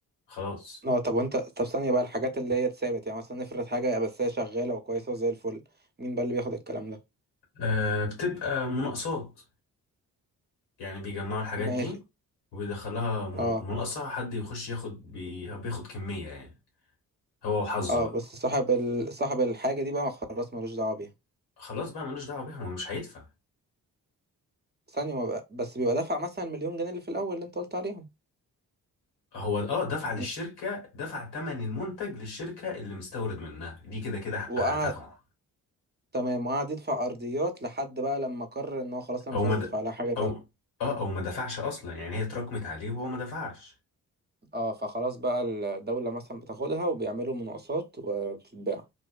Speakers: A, on the left; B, on the right.
A: خلاص
B: اه طب وانت طب ثانية بقى الحاجات اللي هي اتثابت يعني مثلا نفرض حاجة بس هي شغالة وكويسة وزي الفل مين بقى اللي بياخد الكلام ده
A: آه بتبقى مناقصات يعني بيجمعوا الحاجات
B: ماشي
A: دي ويدخلها من-
B: اه
A: مناقصة حد يخش ياخد بي- بياخد كمية يعني هو وحظه
B: اه
A: بقى
B: بس صاحب ال... صاحب الحاجة دي بقى ما خلاص ملوش دعوة بيها
A: خلاص بقى ملوش دعوه بيها هو مش هيدفع
B: ثانية ما بقى... بس بيبقى دفع مثلا مليون جنيه اللي في الأول اللي انت قلت عليهم
A: هو اه دفع للشركه
B: م-
A: دفع ثمن المنتج للشركه اللي مستورد منها دي كده كده حقها
B: وقعد
A: هتاخده
B: تمام وقعد يدفع أرضيات لحد بقى لما قرر ان هو خلاص انا
A: او
B: مش عايز
A: ما
B: ادفع
A: د-
B: لها حاجة تانية
A: او اه او ما دفعش اصلا يعني هي اتراكمت عليه وهو ما دفعش
B: اه فخلاص بقى الدولة مثلا بتاخدها وبيعملوا مناقصات وبتتباع